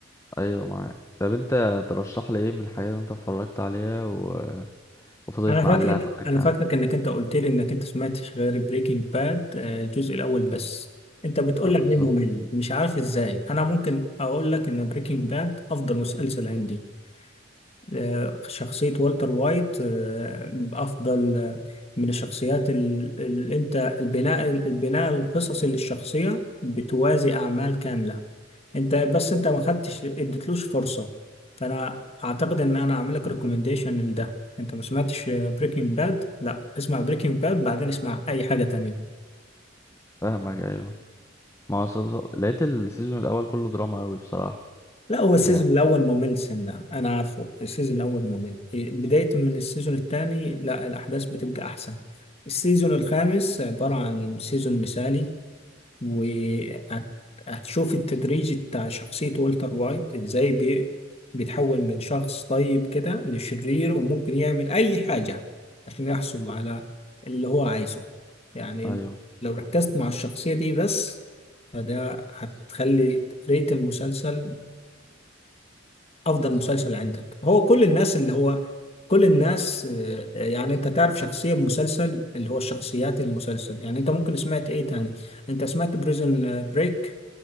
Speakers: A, on the left (about 15°); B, on the left (about 30°).
A: ايوه معاك طب انت ترشح لي ايه من الحاجات اللي انت اتفرجت عليها و... وفضلت
B: انا
A: معلقة
B: فاكرك
A: معاك
B: انا
A: يعني
B: فاكرك انك انت قلت لي انك انت سمعتش غير بريكنج باد الجزء الاول بس انت بتقول
A: آه، بالظبط
B: لي عليه ممل مش عارف ازاي انا ممكن اقول لك ان بريكنج باد افضل مسلسل عندي آه، شخصية والتر وايت آه، أفضل آه، من الشخصيات اللي أنت البناء البناء القصصي للشخصية بتوازي أعمال كاملة أنت بس أنت ما خدتش اديتلوش فرصة فأنا أعتقد إن أنا أعمل لك ريكومنديشن لده أنت ما سمعتش بريكنج باد لا اسمع بريكنج باد بعدين اسمع أي حاجة تانية
A: فاهمك ايوه ما هو بالظبط- لقيت السيزون الاول كله دراما قوي بصراحة
B: لا هو
A: يعني
B: السيزون الاول ممل سنه انا عارفه السيزون الاول ممل إيه، بدايه من السيزون الثاني لا الاحداث بتبقى احسن السيزون الخامس عباره عن سيزون مثالي وهتشوف التدريج بتاع شخصية والتر وايت ازاي بي- بيتحول من شخص طيب كده لشرير وممكن يعمل أي حاجة عشان يحصل على اللي هو عايزه يعني
A: ايوه
B: لو ركزت مع الشخصية دي بس فده هتخلي ريت المسلسل افضل مسلسل عندك هو كل الناس اللي هو كل الناس آه، يعني انت تعرف شخصية بمسلسل اللي هو شخصيات المسلسل يعني انت ممكن سمعت ايه تاني انت سمعت بريزون بريك